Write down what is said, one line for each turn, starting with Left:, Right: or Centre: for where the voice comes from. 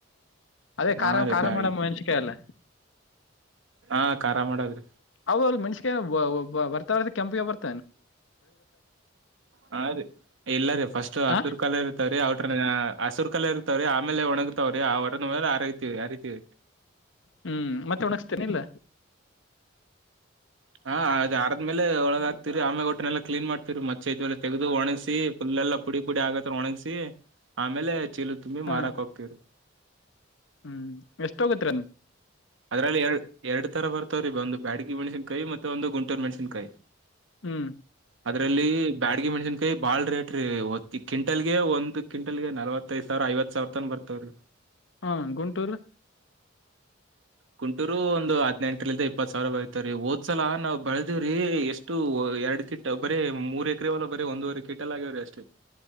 Left: ಅದೇ ಖಾರ
Right: ಹಾ ರೀ
Left: ಖಾರ
Right: ಬ್ಯಾಡಗಿ
Left: ಮಾಡಮ್ಮ ಮೆಂಸಿಕಾಯ ಅಲ್ಲ
Right: ಹಾ ಖಾರಾಮ ಮಾಡೋದ್ರಿ
Left: ಅವ ಮನಷಗೆ ಬರ್ತರ್ ಕೆಂಪಿಗೆ ಬರ್ತ
Right: ಹಾ ರೀ ಎಲ್ಲ ರೀ ಫಸ್ಟ್ ಹತ್ತರ್
Left: ಹ
Right: ಕಾಲ ಇರ್ತವ್ರೀ ಅವ್ರ ಹಸುರು ಕಲ್ಲ ಇರ್ತಾವ್ರೀ ಆಮೇಲೆ ಒಣಗತಾವ್ರೀ ಆ ಹೊರದ ಮೇಲೆ ಅರತಿವಿ ಅರಿತಿವಿ
Left: ಹ್ಮ್ ಮತ್ತೆ ಒಣಗಸ್ತೇನೆ ಇಲ್ಲ
Right: ಹಾ ಅದ ಅದ್ಮೇಲೆ ಒಳಗಾಗಕ್ತಿವರಿ ಆಮೆ ಒಟ್ಟನೆೆಲ್ಲ ಕ್ಲೀನ್ ಮಾಡ್ತವರಿ ಮಚ್ಚೆ ಇದ್ಲ್ಲ ತೆಗೆದು ಒಣಸಿು ಲ್ಲೆಲ್ಲಾ ಪುಡಿ ಪುಡಿ ಆಗತ್ತತ್ರ ಒಣಗಸಿ ಆಮೇಲೆ ಚೀಲು ತುಂಬಿ
Left: ಹ
Right: ಮಾರಾಕ್ ಹೋಗ್ತರಿ
Left: ಹ್ಮ್ ಎಷ್ಟ ಹೋಗತ್ರರಿನ್
Right: ಅದ್ರಲ್ಲಿ ಎರ ಎರಡ್ ತರ ಬರ್ತವ್ರೀ ಒಂದು ಬ್ಯಾಡಿಗೆ ಮೆಣಸಿನ್ಕಾಯಿ ಮತ್ತೆ ಒಂದು ಗಂಟೂರು ಮೆಣಸನ್ಕಾಯಿ
Left: ಹ್ಮ್
Right: ಅದ್ರಲ್ಲಿ ಬ್ಯಾಡಗ ಮೆಣಸನ್ಕಾಯಿ ಬಾಳ ರೇಟ್ ರೀ ಕ್ವಿಂಟಲ್ ಗೆ ಒಂದು ಕ್ವಿಂಟಲ್ ಗೆ ನಲವತ್ತೈಐದು ಸಾವಿರ ಐವತ್ ಸಾವರ್ ತನ್ ಬರ್ತವ್ರೀ
Left: ಹಾ ಗುಂಟೂರ್
Right: ಕುಂಟೂರು ಒಂದು್ ಹದ್ನೆಂಟರಿಂದ ಇಪ್ಪತ್ ಸಾವಿರ ಬಳತವ್ರೀ ಹಓದ್ಸಲಾ ನಾವ್ ಬೆಳದವ್ರಿ ಎಷ್ಟು ಎರಡ್ ಕಿಟ್ ಬರೀ ಮೂರ್ ಎಕರೆವಲ್ಲ ಬರೀ ಒಂದುವವರೆ ಕಿಟ್ ಎಲ್ಲ ಆಗ್ಯವ್ರೀ ಅಷ್ಟೇ